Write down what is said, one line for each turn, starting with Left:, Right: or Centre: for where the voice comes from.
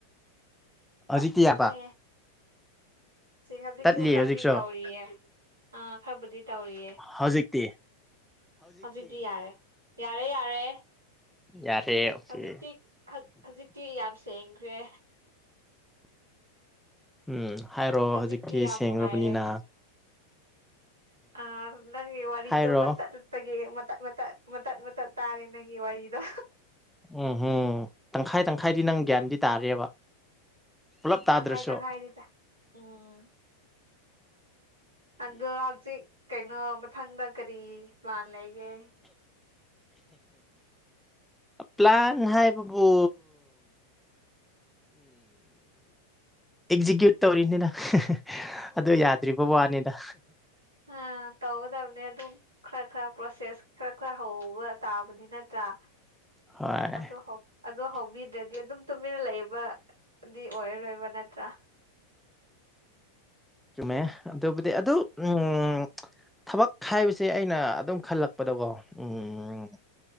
Centre: ꯍꯧꯖꯤꯛ
Right: ꯇꯠꯂꯦ
Centre: ꯀꯌꯥꯕ
Right: ꯁꯤ ꯍꯧꯖꯤꯛꯁꯨ
Centre: ꯇꯠꯂꯤ
Right: ꯈꯔꯗꯤ
Centre: ꯍꯧꯖꯤꯛꯁꯨ
Right: ꯇꯧꯔꯤꯌꯦ ꯑ ꯈꯔꯕꯨꯗꯤ ꯇꯧꯔꯤꯌꯦ
Centre: ꯍꯧꯖꯤꯛꯇꯤ
Right: ꯍꯧꯖꯤꯛꯇꯤ ꯌꯥꯔꯦ ꯌꯥ ꯌꯥꯔꯦ ꯌꯥꯔꯦ
Centre: ꯌꯥꯔꯦ ꯑꯣꯀꯦ
Right: ꯍꯧꯖꯤꯛꯇꯤ꯫ ꯍꯧꯖꯤꯛꯇꯤ ꯌꯥꯝ ꯁꯦꯡꯈ꯭ꯔꯦ
Centre: ꯎꯝ ꯍꯥꯏꯔꯣ
Right: ꯍꯧꯖꯤꯛꯇꯤ
Centre: ꯍꯧꯖꯤꯛꯀꯤ
Right: ꯌꯥꯝ
Centre: ꯁꯦꯡꯡꯂ꯭ꯔꯕꯅꯤꯅ
Right: ꯅꯨꯡꯉꯥꯏꯔꯦ ꯑ ꯅꯪ ꯋꯥꯟꯣ
Centre: ꯍꯥꯏꯔꯣ
Right: ꯄ ꯑꯩꯈꯣꯏꯒꯤ ꯃꯇꯠ ꯃꯇꯠ ꯃꯇꯠ ꯃꯇꯠ ꯇꯥꯔꯦ ꯅꯪꯒꯤ ꯋꯥꯔꯤꯗꯣ
Centre: ꯎꯝ ꯎꯝ ꯇꯪꯈꯥꯏ ꯇꯪꯈꯥꯏꯗꯤ ꯅꯪ ꯒ꯭ꯌꯥꯟꯗꯤ ꯇꯥꯔꯦꯕ ꯄꯨꯂꯞ ꯇꯥꯗ꯭ꯔꯁꯨ꯫
Right: ꯇꯪꯈꯥꯏ ꯇꯪꯈꯥꯏꯅꯤꯗ ꯎꯝ ꯑꯗꯣ ꯍꯧꯖꯤꯛ ꯀꯩꯅꯣ ꯃꯊꯪꯗ ꯀꯔꯤ ꯄ꯭ꯂꯥꯟ ꯂꯩꯒꯦ꯫
Centre: ꯄ꯭ꯂꯥꯟ ꯍꯥꯏꯕꯕꯨ ꯑꯦꯛꯖꯤꯀ꯭ꯌꯨꯠ ꯇꯧꯔꯤꯅꯤꯗ꯫ ꯑ ꯌꯥꯗ꯭ꯔꯤꯕ ꯋꯥꯅꯤꯗ
Right: ꯑꯥ ꯇꯧꯒꯗꯕꯅꯦ ꯑꯗꯨꯝ ꯈꯔ ꯈꯔ ꯄ꯭ꯔꯣꯁꯦꯁ ꯈꯔ ꯈꯔ ꯍꯧꯕ ꯇꯥꯕꯅꯤ ꯅꯠꯇ꯭ꯔꯥ
Centre: ꯍꯣꯏ
Right: ꯑꯗꯣ ꯍꯧꯛ꯫ ꯑꯗꯣ ꯍꯧꯕꯤꯗ꯭ꯔꯗꯤ ꯑꯗꯨꯝ ꯇꯨꯃꯤꯟꯅ ꯂꯩꯕ ꯗꯤ ꯑꯣꯏꯔꯔꯣꯏꯕ ꯅꯠꯇ꯭ꯔꯥ
Centre: ꯆꯨꯝꯃꯦ ꯑꯗꯨꯕꯨꯗꯤ ꯑꯗꯨ ꯎꯝ ꯊꯕꯛ ꯍꯥꯏꯕꯁꯦ ꯑꯩꯅ ꯑꯗꯨꯝ ꯈꯜꯂꯛꯄꯗꯀꯣ ꯎꯝ